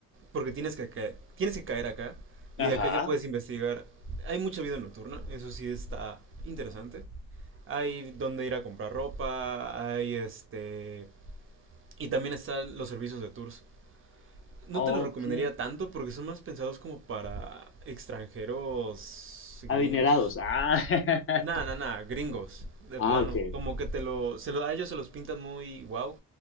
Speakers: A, on the right; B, on the left.
A: Porque tienes que caer, tienes que caer acá y de
B: Ajá.
A: acá ya puedes investigar. Hay mucha vida nocturna, eso sí está interesante. Hay donde ir a comprar ropa, hay este... Y también están los servicios de tours. No
B: Ok.
A: te los recomendaría tanto porque son más pensados como para extranjeros
B: Adinerados.
A: gringos.
B: Ah, <laughs>
A: Nada, nada, nada, gringos, de
B: ah
A: plano.
B: ok.
A: Como que te lo, se lo- a ellos se los pintan muy wow